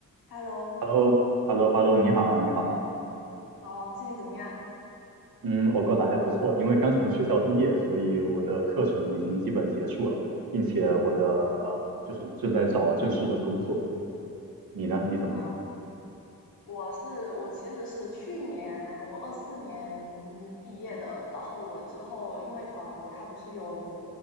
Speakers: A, on the left; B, on the right.
A: Hello，
B: h e l l o h e l l o h e l l o 你好，你好，
A: 好了，最近怎么样？
B: 嗯，我过得还不错，因为刚从学校毕业，所以我的课程已经基本结束了，并且我的呃，就是正在找正式的工作。你呢？你怎么样？
A: 哦、我是我其实是去年我二四年毕业的，然后我之后因为法国它不是有，